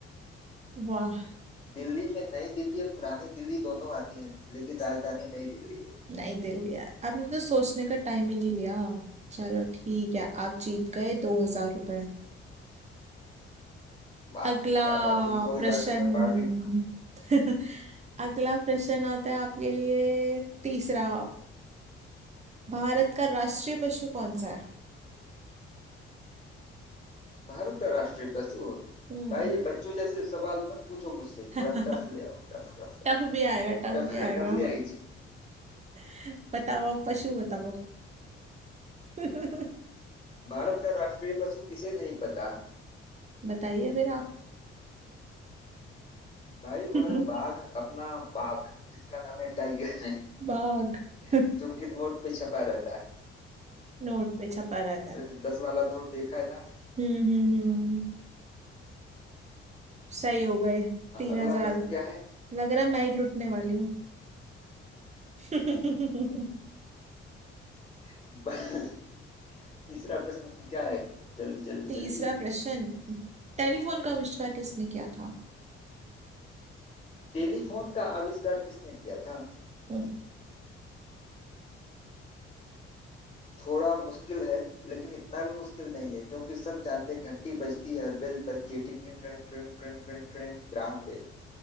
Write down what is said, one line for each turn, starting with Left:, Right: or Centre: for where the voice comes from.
Right: वाह
Left: दिल्ली में नई दिल्ली और पुरानी दिल्ली दोनों आती हैं लेकिन राजधानी नई दिल्ली है
Right: नहीं दिल लिया आपने तो सोचने का टाइम ही नहीं लिया चलो ठीक है आप जीत गए दो हजार रुपये
Left: वाह
Right: अगला
Left: क्या बात है इन दो
Right: प्रश्न
Left: हजार से मैं पार्टी
Right: <laughs> अगला प्रश्न आता है आपके लिए तीसरा भारत का राष्ट्रीय पशु कौन सा है
Left: भारत का राष्ट्रीय पशु
Right: हम्म
Left: भाई ये बच्चों जैसे सवाल मत पूछो मुझसे थोड़ा
Right: <laughs>
Left: टफ ले आओ Tough tough tough
Right: टफ भी आएगा टफ
Left: tough
Right: भी
Left: <laughs>
Right: आएगा
Left: Tough ले आई जी
Right: <laughs> बताओ आप पशु बताओ <laughs>
Left: भारत का राष्ट्रीय पशु किसे नहीं पता
Right: बताइए फिर आप
Left: भाई
Right: <laughs>
Left: वह है बाघ अपना बाघ जिसका नाम है टाइगर
Right: बाघ
Left: <laughs>
Right: <laughs>
Left: जो कि नोट पे छपा रहता है
Right: नोट पे छपा रहता है
Left: द, दस वाला नोट देखा है ना
Right: हम्म हम्म हम्म सही हो गए
Left: हाँ
Right: तीन
Left: अगला
Right: हजार
Left: प्रश्न क्या है
Right: लग रहा है मैं ही लुटने वाली हूँ <laughs>
Left: <laughs> ब- तीसरा प्रश्न क्या है जल्दी जल्दी
Right: तीसरा
Left: जल्दी
Right: प्रश्न टेलीफोन का आविष्कार किसने किया था
Left: टेलीफोन का आविष्कार किसने किया था
Right: हम्म,
Left: थोड़ा मुश्किल है लेकिन इतना भी मुश्किल नहीं है क्योंकि सब जानते हैं घंटी बजती है और बेल बजती है टिंग टिंग टिंग टिंग टिंग टिंग टिंग Graham bell